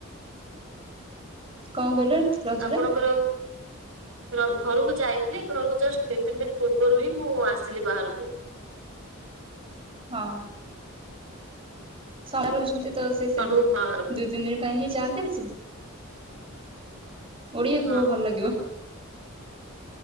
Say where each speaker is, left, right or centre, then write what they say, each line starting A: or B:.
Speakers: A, on the right; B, on the right.
A: କଣ କହିଲ? ରଜରେ
B: ଆପଣଙ୍କର ର ଘରକୁ ଯାଇଥିଲି ଘରକୁ ଜଷ୍ଟ ଦି ତିନି ଦିନି ପୂର୍ବରୁ ହିଁ ମୁଁ ଆସିଲି ବାହାରକୁ।
A: ହଁ। <unintelligible> ରହୁଛନ୍ତିତ ସେ ସେମତି
B: ଘରୁ ବାହାରୁ
A: ଦୁଇ ତିନି ଦିନ ପାଇଁ ହିଁ ଯାଆନ୍ତି ଆସିବ ଓଡିଆ
B: ହଁ
A: କୁହ ଭଲ ଲାଗିବ?